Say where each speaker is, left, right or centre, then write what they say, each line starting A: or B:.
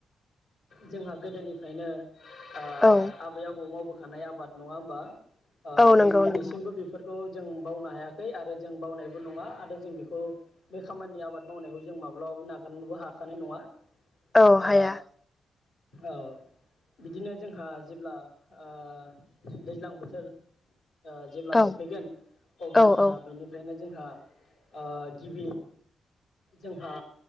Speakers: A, on the left; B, on the left.
A: जोंहा गोदोनिफ्रायनो ओ
B: औ
A: आबै आबौ मावबो खानाय आबाद नङा होमबा ओ
B: औ
A: जों
B: नंगौ
A: दिनैसिमबो
B: नंगौ
A: बे खौ जों बावनो हायाखै आरो जों बावनायबो नङा आरो जों बेखौ बे खामानि आबाद मावनायखौ जों माब्लाबाबो नागारनोबो हाखानाय नङा
B: औ
A: ओ
B: हाया
A: औ बिदिनो जोंहा जेब्ला ओ दैज्लां बोथोर ओ जेब्ला
B: औ
A: स फैगोन अब्ला
B: औ
A: जोंहा
B: औ
A: बेनिफ्रायनो जोंहा ओ गिबि जोंहा